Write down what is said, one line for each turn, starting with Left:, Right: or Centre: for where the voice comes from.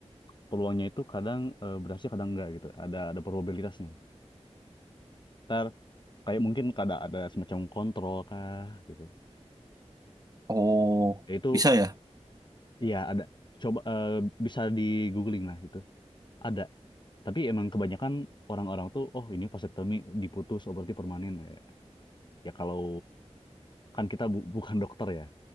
Left: peluangnya itu kadang eh, berhasil kadang enggak gitu. Ada ada probabilitasnya. Ntar kayak mungkin kada ada semacam kontrol kah gitu.
Right: Oh,
Left: Ya, itu
Right: bisa ya?
Left: iya ada. Coba eh, bisa di googling lah itu. Ada. Tapi emang kebanyakan orang-orang tuh, oh ini vasektomi diputus, oh berarti permanen. Ya, ya kalau kan kita bu- bukan dokter ya.